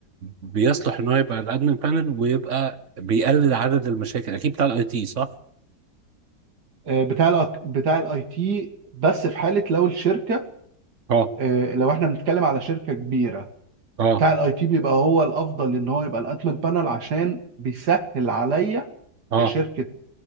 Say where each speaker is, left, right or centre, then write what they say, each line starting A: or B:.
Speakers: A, on the right; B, on the right.
A: بيصلح ان هو يبقى الادمن بانل ويبقى بيقلل عدد المشاكل اكيد بتاع الاي تي صح؟
B: آه، بتاع ال بتاع الاي تي بس في حاله لو الشركه
A: اه
B: آه، لو احنا بنتكلم على شركه كبيره
A: اه
B: بتاع الاي تي بيبقى هو الافضل ان هو يبقى الانتمنت بانل عشان بيسهل عليا
A: اه
B: كشركه